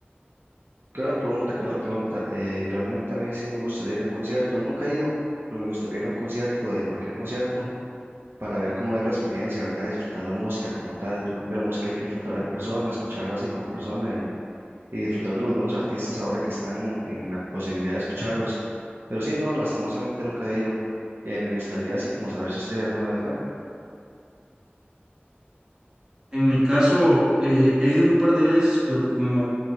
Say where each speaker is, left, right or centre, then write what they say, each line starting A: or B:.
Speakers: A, on the right; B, on the right.
A: Qué buena pregunta, qué buena pregunta. Eh, realmente a mí sí me gustaría ir a un concierto. Nunca he ido, pero me gustaría ir a un concierto, de cualquier concierto. para ver cómo es la experiencia, ¿verdad? Disfrutar la música como tal. Yo creo que la música hay que disfrutarla en persona, escucharla así como persona y, y disfrutar de los buenos artistas ahora que están en la posibilidad de escucharlos. Pero sí, no, lastimosamente nunca he ido. Eh, me gustaría así como saber si usted alguna vez fue.
B: En mi caso, eh, he ido un par de veces, pero como